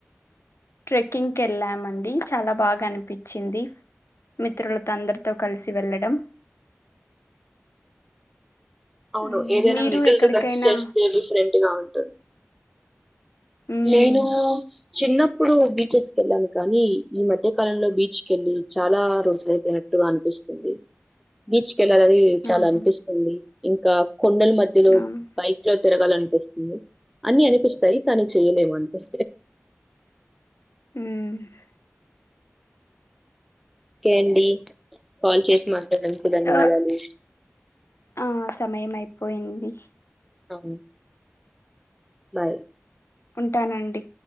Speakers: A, on the left; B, in the centre.
A: ట్రెక్కింగ్ కెళ్ళామండి చాలా బాగానిపించింది మిత్రులతో అందరితో కలిసి వెళ్ళడం
B: అవును
A: ఉమ్,
B: ఏదైనా
A: మీరు
B: మిత్రలతో
A: ఎక్కడికైనా
B: కలిసి చేస్తే డిఫరెంట్ గా ఉంటుంది
A: ఉమ్
B: నేను చిన్నప్పుడు బీచెస్ కెళ్ళాను కానీ ఈ మధ్య కాలంలో బీచ్ కెళ్ళి చాలా రోజులయిపోన గా అనిపిస్తుంది బీచ్ కెళ్లాలని చాలా
A: ఆహా
B: అనిపిస్తుంది ఇంకా కొండల మధ్యలో
A: అవును
B: బైక్ లో తిరగాలనిపిస్తుంది అన్ని అనిపిస్తాయి కానీ చేయలేము అంతే
A: మ్
B: ఓకే అండి కాల్ చేసి మాట్లాడినందుకు ధన్యవాదాలు
A: ఆ ఆ సమయం అయిపోయింది
B: అవును బై
A: ఉంటానండి